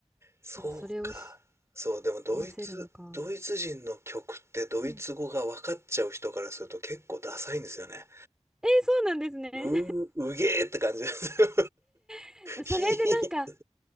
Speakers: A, on the right; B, in the centre.
A: そうか。
B: でもそれをし
A: そう、でもドイツ、
B: 話せるのか
A: ドイツ人の曲ってドイツ語が分かっちゃう人からすると結構ダサいんですよね。
B: うんえーそうなんですね
A: うー、うげーって感じですよ。
B: <laughs>
A: <laughs> ひー。
B: それでなんか